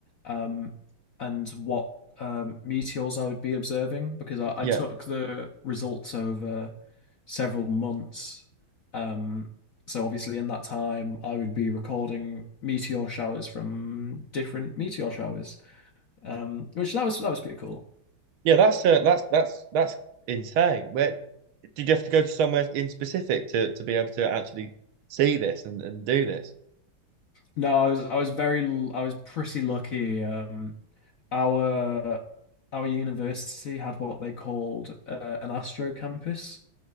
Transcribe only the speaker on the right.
yeah,
yeah. That's uh, that's that's that's insane. Where did you have to go to somewhere in specific to to be able to actually see this and, and do this?